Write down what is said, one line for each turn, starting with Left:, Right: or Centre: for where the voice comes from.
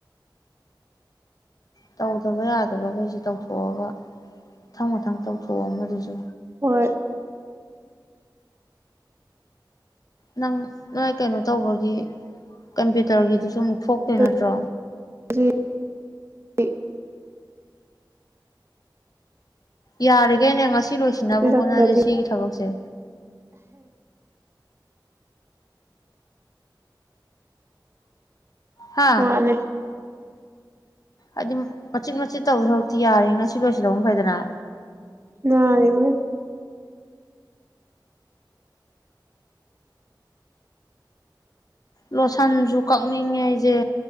Left: ꯇꯧꯗꯕ ꯌꯥꯗꯕꯈꯩꯁꯤꯦ ꯇꯧꯊꯣꯛꯑꯒ ꯃꯊꯪ ꯃꯊꯪ ꯇꯧꯊꯣꯛꯑ ꯃꯗꯨꯁꯨ
Right: ꯍꯣꯏ
Left: ꯅꯪ ꯅꯣꯏ ꯀꯩꯅꯣ ꯇꯧꯕꯒꯤ ꯀꯝꯄ꯭ꯌꯨꯇꯔꯒꯤꯗꯨꯁꯨ ꯑꯃꯨꯛ ꯐꯣꯛ
Right: ꯇꯧꯍꯧꯗ꯭ꯔꯗꯤ
Left: ꯇꯩꯅꯣꯠꯇ꯭ꯔꯣ
Right: <unintelligible> <unintelligible>
Left: ꯌꯥꯔꯒꯦ ꯌꯦꯉ ꯁꯤ ꯂꯣꯏꯁꯤꯟꯅꯕ
Right: ꯄꯤꯕꯤꯔꯛꯇ꯭ꯔꯗꯤ
Left: ꯍꯣꯠꯅꯁꯦ ꯁꯤꯒꯤ ꯊꯕꯛꯁꯦ ꯍꯥ
Right: ꯋꯥꯅꯦ
Left: ꯍꯥꯏꯗꯤ ꯃꯆꯤꯠ ꯃꯆꯤꯠ ꯇꯧꯗꯧ ꯁꯥꯔꯨꯛꯇꯤ ꯌꯥꯔꯦ ꯉꯁꯤ ꯂꯣꯏꯁꯤꯜꯍꯧ ꯐꯩꯗꯅ
Right: ꯅꯦ <unintelligible>
Left: ꯂꯣꯁꯥꯟꯖꯨꯛ ꯀꯛꯅꯤꯡꯉꯦ ꯑꯩꯖꯦ